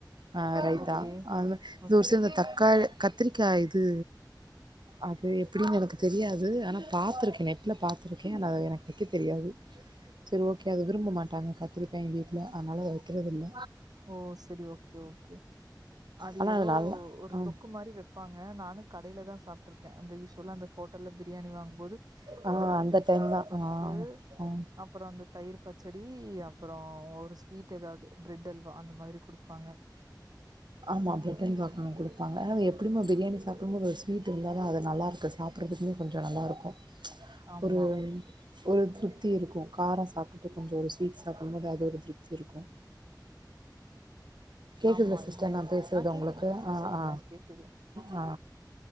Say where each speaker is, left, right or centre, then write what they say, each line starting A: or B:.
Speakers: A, on the right; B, on the right.
A: ஆ ரைத்தா
B: ஓகே
A: ஆ <unintelligible>
B: ஓகே
A: இந்த தக்காளி கத்திரிக்காய் இது அது எப்டின் எனக்கு தெரியாது ஆனா பாத்துருக்கே நெட்ல பாத்துருக்கே ஆனா அத எனக்கு வக்க தெரியாது சரி ஓகே அத விரும்ப மாட்டாங்க கத்திரிக்காய் எங் வீட்ல அதனால அத வைக்கறதுல்ல
B: ஓ சரி ஓகே ஓகே அது
A: ஆனா
B: எதோ
A: நல்லா
B: ஒரு
A: ஆ
B: தொக்கு மாரி வப்பாங்க ங்க நானு கடைல தா சாப்ட்ருக்கே அந்த <unintelligible> அந்த ஹோட்டல்ல பிரியாணி வாங்கும்போது
A: ஆ
B: அந்த கத்திரிக்காய்
A: டைம் தா
B: தொக்கு
A: ஆ ஆ
B: அப்ற அந்த தயிர் பச்சடி அப்பற ஒரு ஸ்வீட் எதாது பிரெட் அல் வா அந்த மாதிரி குடுப்பாங்க
A: ஆமாம் பிரட் அல்வா கா குடுப்பாங்க அத எப்பிடியுமே பிரியாணி சாப்டும்போது ஒரு ஸ்வீட் இருந்தா தா அது நல்லாருக்கு சாப்புட்றதுக்கே கொஞ்சோ நல்லாருக்கு
B: ஆமா,
A: ஒரு ஒரு திருப்தி இருக்கு காரோ சாப் <unintelligible> கொஞ்சோ ஒரு ஸ்வீட் சாப்டு போது <unintelligible> கேக்குதா
B: ஆமா.
A: சிஸ்டர்
B: இல்லன்
A: நா பேசுறது
B: ஆ கேக்குது,
A: உங்களுக்கு
B: கேக்குது.
A: ஆ
B: சொல்லுங்க
A: ஆ
B: கேக்குது.
A: ஆ